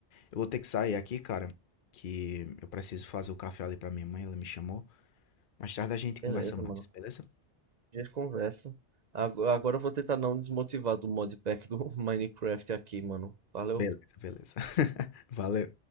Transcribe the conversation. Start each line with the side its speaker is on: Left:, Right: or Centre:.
Left: eu vou ter que sair aqui, cara, que eu preciso fazer o café ali pra minha mãe, ela me chamou. Mais tarde a gente conversa
Right: Beleza,
Left: mais,
Right: mano.
Left: beleza?
Right: A gente conversa. Ago- Agora eu vou tentar não desmotivar do modpack do <laughs> Minecraft aqui, mano. Valeu.
Left: Beleza, beleza. <laughs> Valeu.